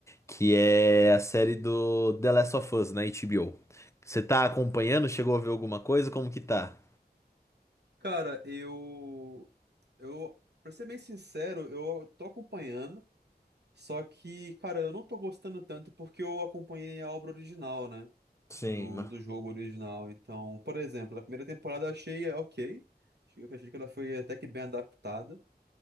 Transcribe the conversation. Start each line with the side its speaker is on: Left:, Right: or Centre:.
Left: que é a série do The Last of Us na HBO. Você tá acompanhando? Chegou a ver alguma coisa? Como que tá?
Right: Cara, eu. Eu. Pra ser bem sincero, eu tô acompanhando, só que, cara, eu não tô gostando tanto porque eu acompanhei a obra original, né?
Left: Sim,
Right: Do,
Left: ma-
Right: do jogo original. Então, por exemplo, a primeira temporada eu achei ok. Eu achei que ela foi até que bem adaptada,